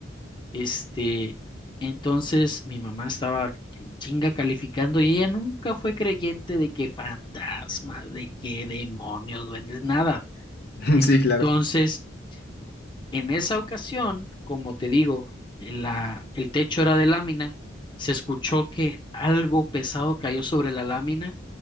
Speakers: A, on the left (about 25°); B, on the left (about 55°).
A: Este, entonces mi mamá estaba en chinga calificando y ella nunca fue creyente de que fantasmas, de que demonios, duendes, nada.
B: <laughs>
A: Entonces...
B: Sí, claro.
A: En esa ocasión, como te digo, la- el techo era de lámina, se escuchó que algo pesado cayó sobre la lámina